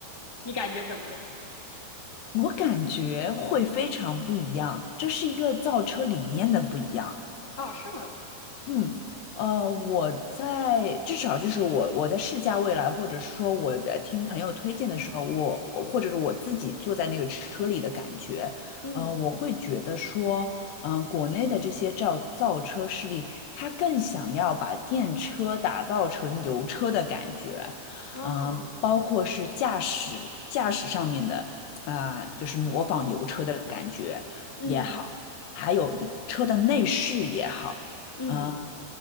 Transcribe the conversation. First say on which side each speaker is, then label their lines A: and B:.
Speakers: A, on the left; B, on the left.
A: 你感觉怎么样？
B: 我感觉会非常不一样，这是一个造车理念的不一样。
A: 哦，是吗？
B: 嗯，呃，我在至少就是我我在试驾未来，或者是说我的听朋友推荐的时候，我我或者是我自己坐在那个车里的感觉，
A: 嗯，
B: 呃，我会觉得说，嗯、国内的这些造造车势力，他更想要把电车打造成油车的感觉，
A: 哦，
B: 嗯、包括是驾驶驾驶上面的啊、就是模仿油车的感觉也好，
A: 嗯
B: 还有车的内饰也好。
A: 嗯，
B: 呃